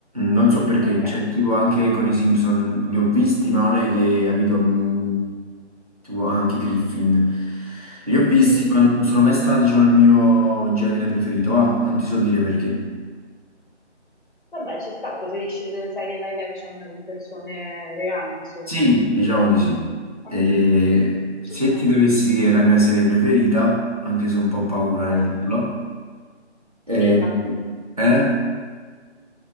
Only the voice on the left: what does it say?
Ok.
Mhm.
Vabbè, ci sta, preferisci delle serie live action con persone reali, insomma.
Ah,
ci sta.
Vai,
dilla.